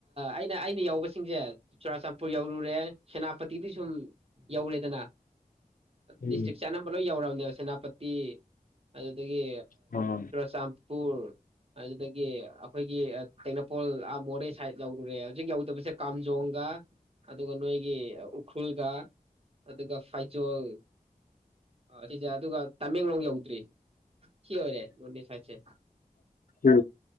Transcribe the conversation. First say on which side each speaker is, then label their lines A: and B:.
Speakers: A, on the right (about 40°); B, on the left (about 70°).
A: ꯑꯩꯅ ꯑꯩꯅ ꯌꯧꯕꯁꯤꯡꯁꯦ ꯆꯨꯔꯆꯥꯟꯄꯨꯔ ꯌꯧꯔꯨꯔꯦ ꯁꯦꯅꯥꯄꯇꯤꯗꯤ ꯁꯨꯝ ꯌꯧꯔꯦꯗꯅ
B: ꯎꯝ
A: ꯗꯤꯁꯇ꯭ꯔꯤꯛ ꯆꯥꯝꯕ ꯂꯣꯏ ꯌꯧꯔꯕꯃꯦ ꯁꯦꯅꯥꯄꯇꯤ ꯑꯗꯨꯗꯒꯤ
B: ꯑꯣ
A: ꯁ ꯄ ꯑ ꯑꯩꯈꯣꯏꯒꯤ ꯏꯝꯐꯣꯜ ꯃꯣꯔꯦ ꯁꯥꯏꯠ ꯌꯧꯔꯨꯔꯦ ꯍꯧꯖꯤꯛ ꯌꯧꯗꯕꯁꯦ ꯀꯥꯝꯖꯣꯡꯒ ꯑꯗꯨꯒ ꯅꯣꯏꯒꯤ ꯎꯈ꯭ꯔꯨꯜꯒ ꯑꯗꯨꯒ ꯐꯩꯖꯣꯜ ꯁꯤꯖ ꯑꯗꯨꯒ ꯇꯥꯃꯦꯡꯂꯣꯡ ꯌꯧꯗ꯭ꯔꯤ ꯁꯤ ꯑꯣꯏꯔꯦ ꯅꯣꯅꯦ ꯁꯥꯏꯠꯁꯦ
B: ꯍ